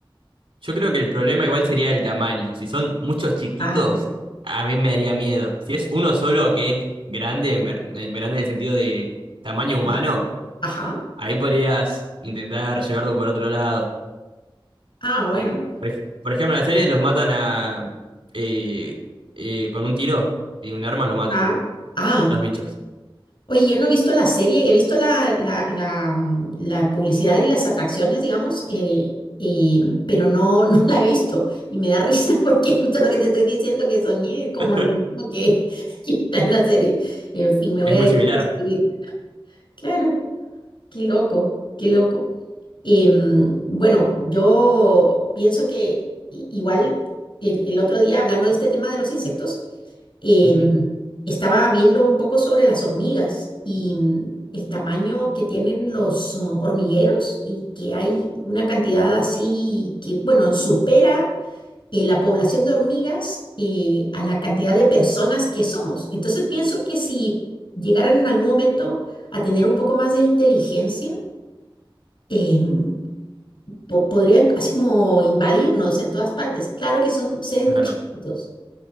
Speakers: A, on the right; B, on the left.
A: Yo creo que el problema igual sería el tamaño. Si son muchos chiquitos,
B: Ah, bueno.
A: a mí me daría miedo. Si es uno solo que es grande, en ver- en grande en el sentido de tamaño humano.
B: Ah, ajá.
A: Ahí podrías intentar llevarlo por otro lado.
B: Ah, bueno.
A: Por, ej- por ejemplo, en la serie los matan a... eh, eh, con un tiro de un arma lo matan
B: Ah, ah.
A: a los bichos.
B: Oye, yo no he visto la serie, he visto la, la, la, mm, la publicidad y las atracciones, digamos, eh, y- pero no, no la he visto. Y me da risa <laughs> porque justo lo que te estoy diciendo que soñé es como
A: <laughs>
B: lo mismo que, <laughs> que está en la serie. En fin, me voy
A: Es
B: a
A: muy
B: dedicar
A: similar.
B: a escribir. Claro, qué loco, qué loco. Em, bueno, yo pienso que i- igual el, el otro día, hablando de este tema de los insectos, em,
A: Ujú,
B: estaba viendo un poco sobre las hormigas y mm, el tamaño que tienen los oh, hormigueros y que hay una cantidad así que, bueno, supera eh, la población de hormigas eh, a la cantidad de personas que somos. Entonces pienso que si llegaran en algún momento a tener un poco más de inteligencia, em, po- podrían así como invadirnos en todas partes. Claro que son seres
A: Claro.
B: muy chiquititos.